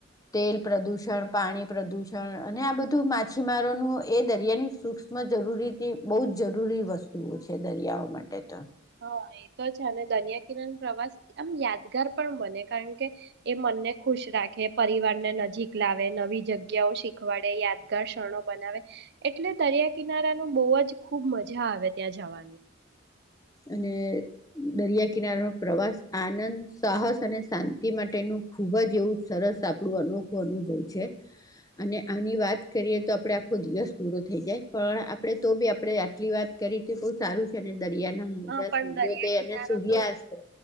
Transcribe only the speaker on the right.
હા એ તો છે અને દરિયા કિનારાનો પ્રવાસ આમ યાદગાર પણ બને કારણ કે એ મનને ખુશ રાખે પરિવારને નજીક લાવે નવી જગ્યાઓ શીખવાડે યાદગાર ક્ષણો બનાવે એટલે દરિયા કિનારાનું બહુ જ ખૂબ મજા આવે ત્યાં જવાની.
હા
પણ
દરિયા કિનારો
તો